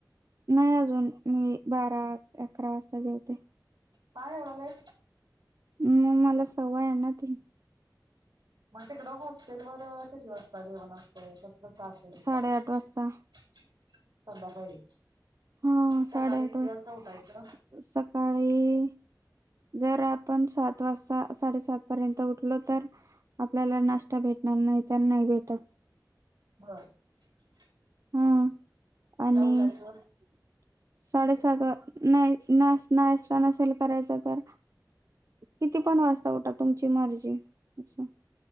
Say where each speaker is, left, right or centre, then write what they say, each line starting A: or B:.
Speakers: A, on the right; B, on the right.
A: नाही अजून मी बारा अकरा वाजता जेवते.
B: का येवडा वेळ?
A: मग मला सवय येनाती.
B: म तिकडं हॉस्टेल वरअ किती वाजता जेवण असतय कस् स असतयं तिकडं
A: साडेआठ वाजता
B: <inaudible> संध्याकाळी?
A: हां साडेआठ
B: सकाळी किती
A: वाजता
B: उठायचं
A: सकाळी जर आपण सात वासता साडेसात पर्यंत उठलो तर आपल्याला नाष्टा भे भेटणार नाय तर नाय भेटत.
B: <inaudible> बंर. <inaudible>
A: हां आनी
B: उठायचं
A: <inaudible> साडेसात वा न्हाय नाश नाष्टा नसेल करायचा तर किती पण वाजता उठा तुमची मर्जी अशी <inaudible>